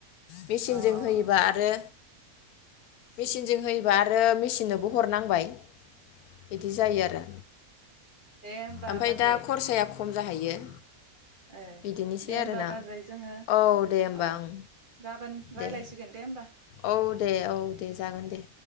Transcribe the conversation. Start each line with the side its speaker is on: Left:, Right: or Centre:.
Left: मेचिनजों
Right: अ अ
Left: होयोबा
Right: अ
Left: आरो मेचिनजों होयोबा आरो मेचिननोबो हरनांबाय। बिदि जायो आरो।
Right: दे होमबा
Left: ओमफ्राय
Right: बाजै।
Left: दा खरसाया खम जाहैयो।
Right: ए
Left: बिदिनोसै
Right: दे होमबा
Left: आरोना
Right: बाजै जोङो
Left: औ दे होमबा
Right: अ
Left: ओं
Right: गाबोन रायज्लायसिगोन
Left: दे
Right: दे ओमबा।
Left: औ दे औ दे जागोन दे।